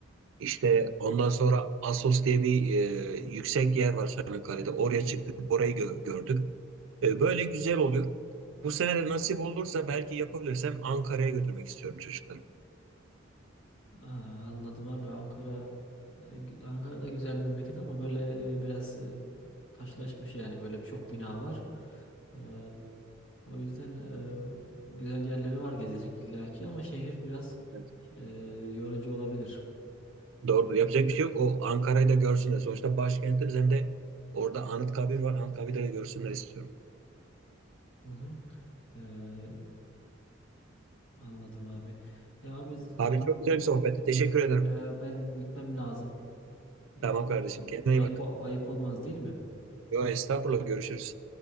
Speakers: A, on the right; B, on the left.
A: İşte ondan sonra Assos diye bir e, yüksek yer var Çanakkale'de. Oraya çıktık, orayı gö- gördük. E, böyle güzel oluyor. Bu sene de nasip olursa belki yapabilirsem Ankara'ya götürmek istiyorum çocukları.
B: Aa, anladım abi Ankara e, gü- Ankara'da güzel memleket ama böyle e, biraz e, taşlaşmış yani böyle çok bina var. Ee, o yüzden e, güzel yerleri var gezecek illaki ama şehir biraz
A: Evet.
B: e, yorucu olabilir.
A: Doğru. Yapacak bir şey yok. O Ankara'yı da görsünler. Sonuçta başkentimiz hem de orada Anıtkabir var. Anıtkabir'i de görsünler istiyorum.
B: Hı hı. Ee, anladım abi. Ya abi
A: Abi
B: tamam
A: çok güzel bir sohbetti. Teşekkür ederim.
B: e, ben gitmem lazım. Ee,
A: Tamam kardeşim. Kendine
B: ayıp
A: iyi bak.
B: ayıp olmaz değil mi?
A: Yo estağfurullah. Görüşürüz.